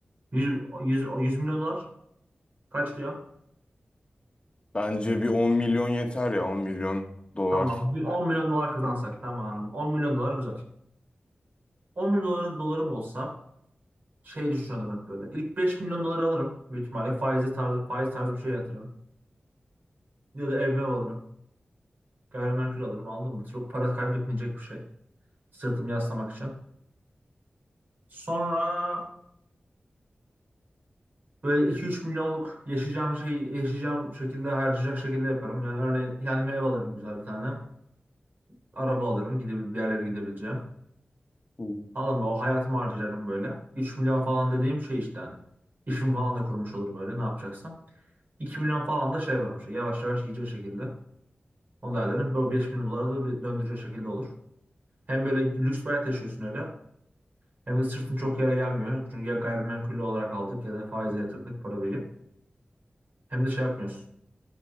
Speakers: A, on the right; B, on the left.
A: 100, 100, 100 milyon dolar kaç diyor?
B: Bence bir 10 milyon yeter ya 10 milyon dolar.
A: Tamam. Bir 10 milyon dolar kazansak tamam. 10 milyon dolar güzel. 10 milyon dolar, dolarım olsa şey düşünüyordum hep böyle. İlk 5 milyon doları alırım. Büyük ihtimalle faize tarzı, faiz tarzı bir şey yatırırım. Ya da evime alırım. Gayrimenkul alırım. Aldım mı? Çok para kaybetmeyecek bir şey. Sırtımı yaslamak için. Sonra Böyle iki üç milyonluk yaşayacağım şey yaşayacağım şekilde harcayacak şekilde yaparım. Yani örneğin kendime ev alırım güzel bir tane. Araba alırım gidebil bir yerlere gidebileceğim.
B: Hı.
A: alırım O hayatımı harcarım böyle. 3 milyon falan dediğim şey işte hani. İşimi falan da kurmuş olurum öyle ne yapacaksam. iki milyon falan da şey yaparım şey yavaş yavaş yiyecek şekilde. Onu da ederim. Böyle 5 milyon dolara da bir döndürecek şekilde olur. Hem böyle lüks bir hayat yaşıyorsun öyle. Hem de sırtın çok yere gelmiyor. Çünkü ya gayrimenkul olarak aldık ya da faize yatırdık parayı. Hem de şey yapmıyorsun.